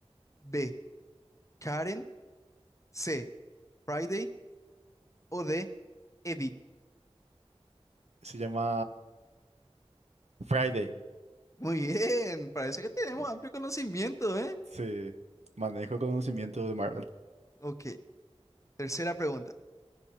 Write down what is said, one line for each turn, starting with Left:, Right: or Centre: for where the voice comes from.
Left: B. Karen. C. Friday. O D. Edith.
Right: Se llama Friday.
Left: Muy bien, parece que tenemos
Right: Ok.
Left: amplio conocimiento, ¿eh?
Right: Sí, manejo el conocimiento de Marvel.
Left: Ok, tercera pregunta.